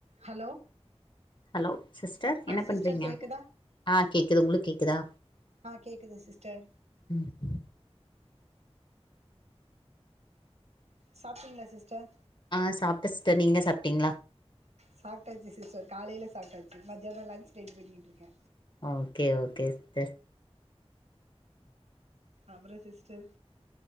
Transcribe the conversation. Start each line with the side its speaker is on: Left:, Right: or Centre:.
Right: hello
Left: hello sister என்ன
Right: ஆ sister
Left: பண்றீங்க
Right: கேக்குதா
Left: ஆ கேக்குது உங்களுக்கு கேக்குதா
Right: ஆ கேக்குது சிஸ்டர்
Left: ம்
Right: சாப்ட்டீங்ளா சிஸ்டர்
Left: ஆ சாப்ட்டே சிஸ்டர் நீங்க சாப்ட்டீங்ளா
Right: சாப்ட்டாச்சு சிஸ்டர் காலைல சாப்ட்டாச்சு மத்யான லஞ்ச் ரெடி பண்ணிக்கிட்ருக்கே
Left: ஓகே ஓகே சிஸ்டர்
Right: அப்ற சிஸ்டர்